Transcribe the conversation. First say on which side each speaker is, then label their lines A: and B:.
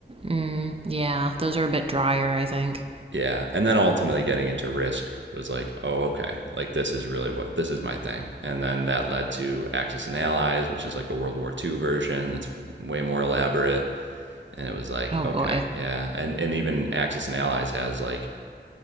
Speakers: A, on the right; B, on the right.
A: Mm, yeah, those are a bit drier, I think.
B: Yeah, and then ultimately getting into Risk was like, oh okay, like this is really what this is my thing. And then that led to Axis and Allies, which is like a World War II version that's way more elaborate. And it was like,
A: Oh
B: okay,
A: boy.
B: yeah, and and even Axis and Allies has like